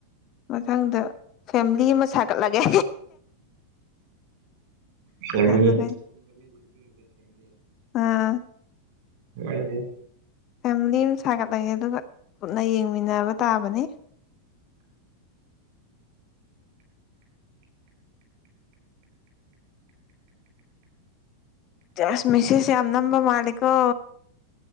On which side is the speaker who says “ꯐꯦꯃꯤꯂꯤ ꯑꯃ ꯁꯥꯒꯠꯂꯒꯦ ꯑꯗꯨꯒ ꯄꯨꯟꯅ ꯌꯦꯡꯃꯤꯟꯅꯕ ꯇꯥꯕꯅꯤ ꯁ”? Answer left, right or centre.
Left